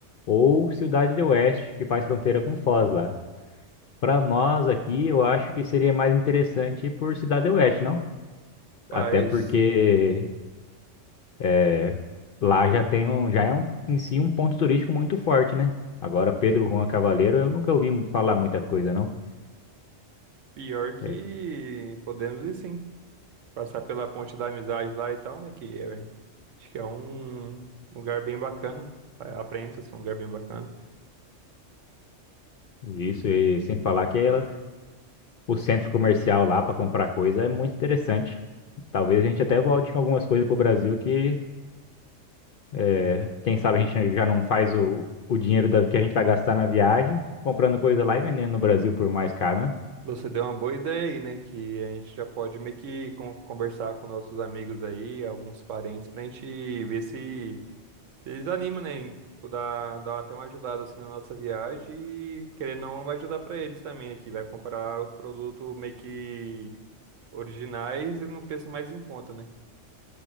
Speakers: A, on the left (about 60°); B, on the right (about 75°).
A: ou Cidade do Oeste, que faz fronteira com Foz lá. Para nós aqui, eu acho que seria mais interessante ir por Cidade do Oeste, não?
B: Mas
A: Até porque é, lá já tem um, já é um, em si um ponto turístico muito forte, né? Agora, Pedro Juan Cavaleiro, eu nunca ouvi falar muita coisa, não.
B: pior que
A: É,
B: podemos ir sim. Passar pela Ponte da Amizade lá e tal, né? Que é- acho que é um lugar bem bacana. É, Aparenta ser um lugar bem bacana.
A: isso, e sem falar que ela- o centro comercial lá para comprar coisa é muito interessante. Talvez a gente até volte com algumas coisas para o Brasil que, é, quem sabe a gente já não faz o, o dinheiro da- que a gente vai gastar na viagem comprando coisa lá e vendendo no Brasil por mais caro, né?
B: Você deu uma boa ideia aí, né? Que a gente já pode meio que con- conversar com nossos amigos aí, alguns parentes, pra gente ver se, se eles animam, né? em tipo, Dar, dar até uma ajudada assim na nossa viagem e querendo ou não vai ajudar pra eles também, né? Que vai comprar os produtos meio que originais e um preço mais em conta, né?